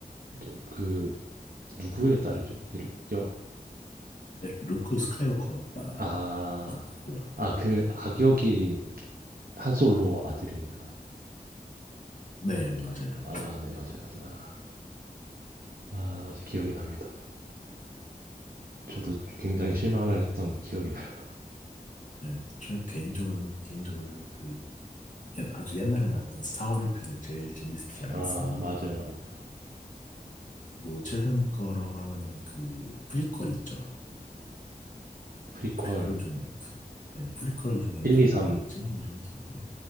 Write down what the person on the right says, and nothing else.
또 그 누구의 딸이죠? 그 여
아.
아그 악역이 한솔로 아들인 거죠.
아 네. 맞아요, 맞아요. 아. 아 맞아. 기억이 납니다. 저도 굉장히 실망을 했던 기억이 나요.
아 맞아요, 맞아요.
프리퀄
1,
2, 3